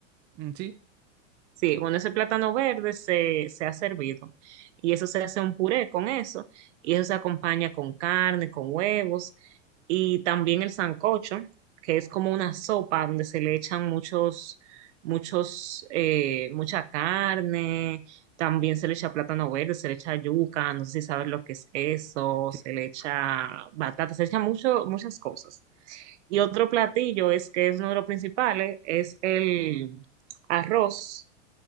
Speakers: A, on the right (about 30°); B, on the right (about 65°).
A: Mm, ¿Sí?
B: Sí, bueno, ese plátano verde se, se ha servido y eso se hace un puré con eso y eso se acompaña con carne, con huevos y también el sancocho, que es como una sopa donde se le echan muchos, muchos, eh, mucha carne, también se le echa plátano verde, se le echa yuca, no sé si sabes lo que es eso,
A: Sí,
B: se le
A: sí, sí.
B: echa batata, se le echa mucho, muchas cosas. Y otro platillo es que es uno de los principales, es el arroz